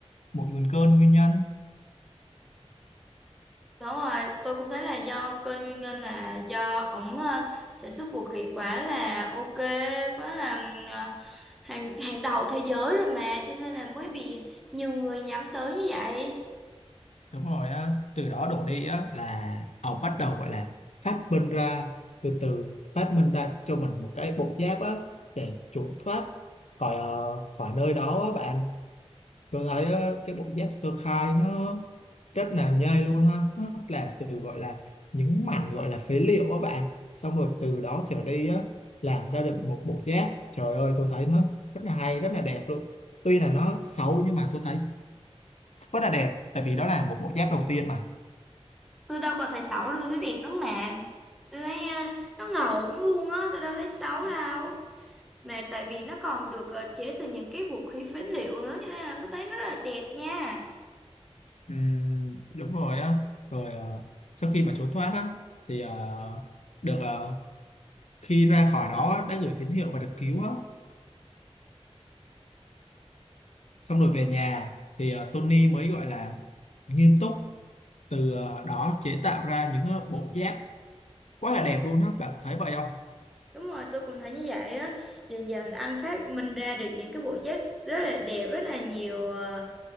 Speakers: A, on the left (about 80°); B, in the centre.
A: một nguồn cơn nguyên nhân
B: Đúng rồi, tôi cũng thấy là do kênh nguyên nhân là do ổng ờ, sản xuất vũ khí quá là ok, quá là ừm, ờ, hàng hàng đầu thế giới rồi mà, cho nên là mới bị nhiều người nhắm tới như vậy.
A: đúng rồi á từ đó đổ đi á là ông bắt đầu gọi là phát minh ra từ từ phát minh ra cho mình một cái bộ giáp á để trốn thoát khỏi ờ, khỏi nơi đó á bạn tôi thấy ờ, cái bộ giáp sơ khai nó rất là nhây luôn ha nó làm từ gọi là những mảnh gọi là phế liệu á bạn xong rồi từ đó trở đi á làm ra được một bộ giáp trời ơi tôi thấy nó rất là hay rất là đẹp luôn tuy là nó xấu nhưng mà tôi thấy rất là đẹp tại vì đó là một bộ giáp đầu tiên mà
B: Tôi đâu có thấy xấu đâu, tôi thấy đẹp lắm mà. Tôi thấy ờ, nó ngầu luôn á, tôi đâu thấy xấu đâu. Mà tại vì nó còn được ờ, chế từ những cái vũ khí phế liệu nữa, cho nên là tôi thấy nó rất là đẹp nha.
A: Ừ, đúng rồi á rồi ờ, sau khi mà trốn thoát á thì ờ, được ờ, khi ra khỏi đó á, đã gửi tín hiệu và được cứu á xong rồi về nhà thì ờ, Tony mới gọi là nghiêm túc từ ờ, đó chế tạo ra những ờ, bộ giáp quá là đẹp luôn á bạn có thấy vậy không
B: Đúng rồi, tôi cũng thấy như vậy á. Dần dần anh phát minh ra được những cái bộ vest rất là đẹp, rất là nhiều ờ,